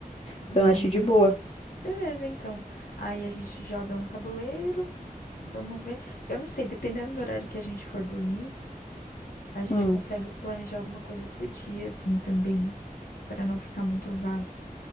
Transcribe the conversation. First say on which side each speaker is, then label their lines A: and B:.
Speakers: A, on the left (about 75°); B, on the left (about 45°).
A: E
B: Então eu acho de boa.
A: beleza, então. Aí a gente joga um tabuleiro. Vamos ver. Eu não sei, dependendo do horário que a gente for dormir, a gente
B: Hum,
A: consegue planejar alguma coisa pro dia, assim, também, para não ficar muito vago.